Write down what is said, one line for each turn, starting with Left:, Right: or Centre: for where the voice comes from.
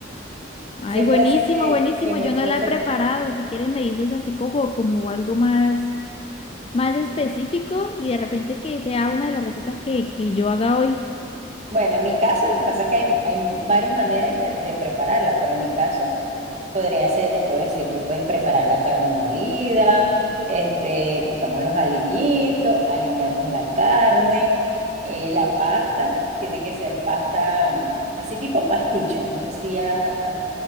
Left: Ay,
Right: Siempre
Left: buenísimo,
Right: así que,
Left: buenísimo.
Right: que mi
Left: Yo
Right: esposo,
Left: no la he preparado. Si quieres me dices así como, como algo más. más específico y de repente que sea una de las recetas que, que yo haga hoy.
Right: bueno, en mi caso lo que pasa es que hay, hay varias maneras que- de prepararla, pero en mi caso Podría ser, te puedo decir, porque puedes preparar la carne molida, este, picamos los aliñitos, aliñamos la carne, eh, la pasta, tiene que ser pasta mm, así tipo pasticho. No sé si has, has-